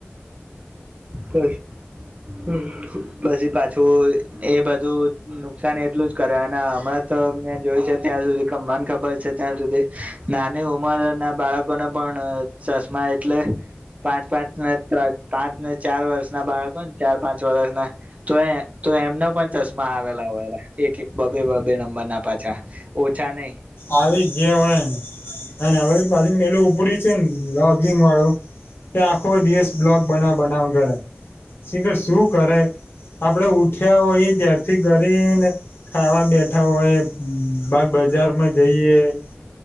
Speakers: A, on the right; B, on the left.
A: પછી પાછું એ બધું નુકસાન એટલું જ કરે, અને હમણાં તો મેં જોય છે, ત્યાં સુધી મન ખબર છે. ત્યાં સુધી નાની ઉંમરના બાળકોને પણ ચશ્મા એટલે પાંચ-પાંચ ને પાચ ચાર વર્ષના બાળકો હોય ને ચાર-પાંચ વર્ષના તો એ તો એમના પણ ચશ્મા આવેલા હોય. એક- એક બે-બે નંબરના પાછા ઓછા નહી.
B: આવી ગયા હોયને, હવે પાછુ પેલું ઉપડી છે ને લોગીનવાળુ કે આખો દિવસ બ્લોગ બનાવ-બનાવ કરે કે શું કરે? આપડે ઉઠ્યા હોય ત્યારથી કરીને ખાવા બેઠા હોય. બજારમાં જઈએ